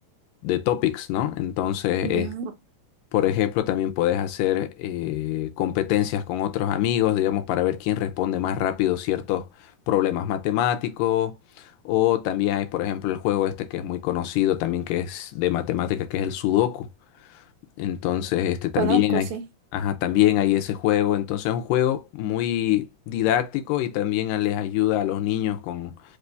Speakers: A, on the left; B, on the right.
A: de topics, ¿no? Entonces, eh,
B: Ya.
A: por ejemplo, también podés hacer eh, competencias con otros amigos, digamos, para ver quién responde más rápido ciertos problemas matemáticos. O también hay, por ejemplo, el juego este que es muy conocido también, que es de matemáticas, que es el Sudoku. Entonces, este también
B: Conozco,
A: hay,
B: sí.
A: ajá, también hay ese juego. Entonces, es un juego muy didáctico y también a- les ayuda a los niños con,